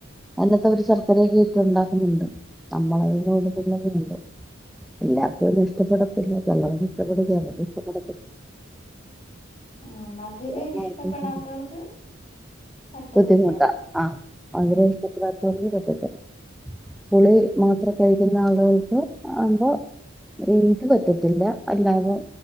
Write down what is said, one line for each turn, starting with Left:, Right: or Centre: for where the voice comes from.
Centre: അതിനകത്ത് അവര് ശർക്കരയൊക്കെയിട്ട് ഉണ്ടാക്കുന്നുണ്ട് നമ്മളുപിന്നെ ഇടുന്നിലെന്നേ ഉള്ളു എല്ലാർക്കും ഒന്നും ഇഷ്ടപ്പെടത്തില്ല ചിലർക്ക് ഇഷ്ടപ്പെടും ചിലർക്ക് ഇഷ്ടപ്പെടത്തില്ല
Left: ആ മധുരം
Centre: എല്ലാവർക്കും
Left: ഇഷ്ടപ്പെടാത്തവർക്ക്- പറ്റത്തില്ല.
Centre: ബുദ്ധിമുട്ടാ ആ
Left: ഉം
Centre: അവരെ ഇഷ്ടപ്പെ- പറ്റത്തില്ല പുളി മാത്രം കഴിക്കുന്ന ആളുകൾക്ക് ആവുമ്പോ ഇത് പറ്റത്തില്ല അല്ലാതെ